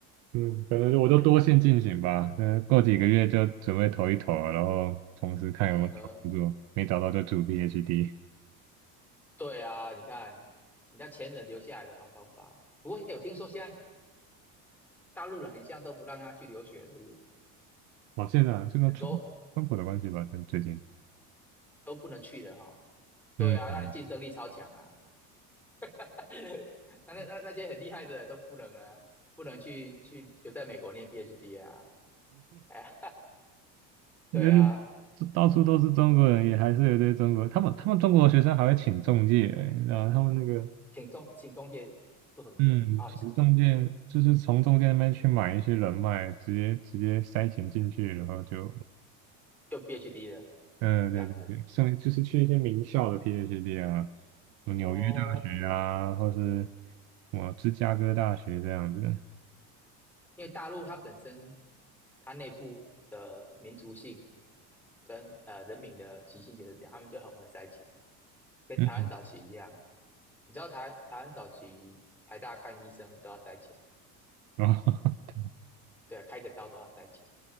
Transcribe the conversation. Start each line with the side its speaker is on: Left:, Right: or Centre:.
Right: 嗯，可能就我就多线进行吧。嗯，过几个月就准备投一投啊然后同时看有没有找工作，
Centre: 呃呵，
Right: 没找到就读 PhD。
Centre: 对啊，你看人家前人留下来的好方法，不过哎，我听说现在大陆人很像都不让他去留学，对不对
Right: 哇，现在啊是跟川川普的关系吧，
Centre: 很多
Right: 像最近，
Centre: 都不能去的哈、哦。对啊，
Right: 嗯。
Centre: 那你竞争力超强啊！<laughs> 那那那那些很厉害的人都不能啊，不能去去留在美国念 PhD 啊！<laughs> 哎呀，
Right: 嗯，
Centre: <laughs> 对啊，
Right: 这到处都是中国人，也还是有一堆中国。他们他们中国学生还会请中介，然后他们那个，
Centre: 请中请中介做什么事？
Right: 嗯，
Centre: 好奇，
Right: 请中介就是从中介那边去买一些人脉，直接直接塞钱进去，然后就，
Centre: 就 PhD 了
Right: 嗯，对对对，
Centre: 这样子
Right: 剩就是去一些名校的 PhD 啊，什么纽约大学啊，
Centre: 哦，
Right: 或是什么芝加哥大学这样子，
Centre: 因为大陆它本身它内部的民族性跟呃人民的习性就是这样，他们就很会塞钱，跟台湾早期一样，
Right: 嗯，
Centre: 你知道台台湾早期台大看医生都要塞钱，
Right: 然后 <laughs>
Centre: 对啊，开个刀都要塞钱，